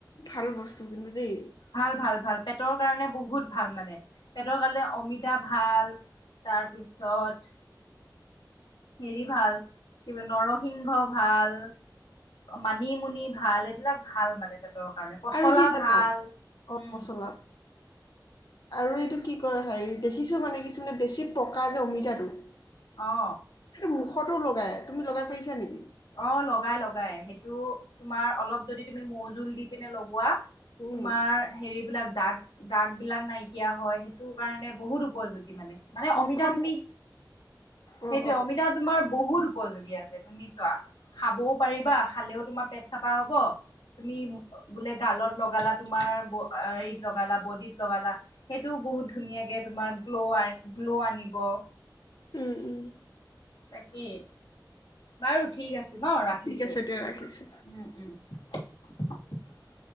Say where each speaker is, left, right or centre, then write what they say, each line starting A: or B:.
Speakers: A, on the left; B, on the left.
A: ভাল বস্তু কিন্তু দেই
B: ভাল ভাল ভাল পেটৰ কাৰণে বহুত ভাল মানে পেটৰ কাৰণে অমিতা ভাল তাৰপিছত হেৰি ভাল কিবা নৰসিংহ ভাল মানিমুনি ভাল এইবিলাক ভাল মানে তে কাৰণে পচলা
A: আৰু কি জানা
B: ভাল
A: গৰম
B: হম
A: মছলা আৰু এইটো কি কয় হেৰি দেখিছো মানে কিছুমানে বেছি পকা যে অমিতাটো
B: অ
A: সেইটো মুখতো লগাই তুমি লগাই পাইছা নেকি
B: অ লগাই লগাই সেইটো তোমাৰ অলপ যদি তুমি মৌজোল দি পিনে লগোৱা
A: উম
B: তোমাৰ হেৰি বিলাক দাগ দাগ বিলাক নাইকিয়া হয় সেইটো কাৰণে বহুত উপযোগী মানে। মানে
A: মুখখন
B: অমিতা তুমি
A: অ
B: সেইটোয়ে
A: অ
B: অমিতা তোমাৰ বহুত উপযোগী আছে তুমি খাবও পাৰিবা খালেও তোমাৰ পেট চাফা হব তুমি বোলে গালত লগালা তোমাৰ হেৰিত লগালা বডিত লগালা সেইটোও বহুত ধুনীয়াকে তোমাৰ গ্ল' গ্ল আনিব
A: উম - উম।
B: তাকেই। বাৰু, ঠিক আছে ন'। ৰাখিছোঁ।
A: ঠিক আছে দিয়া ৰাখিছো
B: উম - উম। <unintelligible>